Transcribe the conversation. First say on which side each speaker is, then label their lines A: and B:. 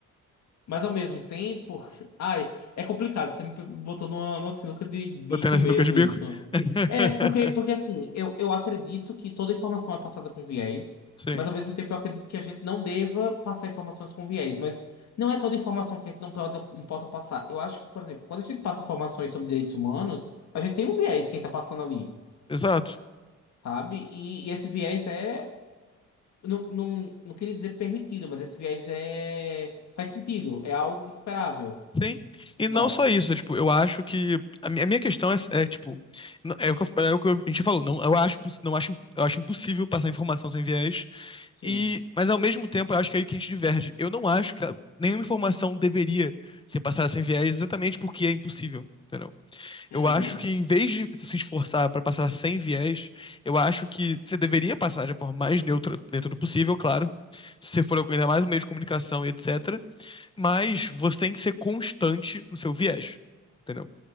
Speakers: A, on the left (about 65°); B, on the left (about 15°).
A: Mas ao mesmo tempo, ai, é complicado. Você me botou numa, numa sinuca de bico
B: Botando assim
A: mesmo
B: no canto de bico.
A: isso.
B: <laughs>
A: É, porque, porque assim, eu, eu acredito que toda informação é passada com viés,
B: Sim,
A: mas ao mesmo tempo eu acredito que a gente não deva passar informações com viés. Mas não é toda informação que a gente não, pode, não possa passar. Eu acho que, por exemplo, quando a gente passa informações sobre direitos humanos, a gente tem um viés quem tá passando ali,
B: exato.
A: sabe? E, e esse viés é. Não, não, não queria dizer permitido, mas esse viés é. Faz sentido, é algo esperável.
B: Sim. E
A: Nosso.
B: não só isso, né? Tipo, eu acho que. A mi- a minha questão é, é, tipo, n- é o que, eu- é o que a gente falou, não, eu acho, poss- não acho, eu acho impossível passar informação sem viés.
A: Sim.
B: E, mas ao mesmo tempo, eu acho que é aí que a gente diverge. Eu não acho que a- nenhuma informação deveria ser passada sem viés, exatamente porque é impossível. entendeu?
A: Uhum.
B: Eu acho que em vez de se esforçar para passar sem viés, eu acho que você deveria passar de forma mais neutra dentro do possível, claro. Se você for ainda mais um meio de comunicação e etc. Mas você tem que ser constante no seu viés, entendeu?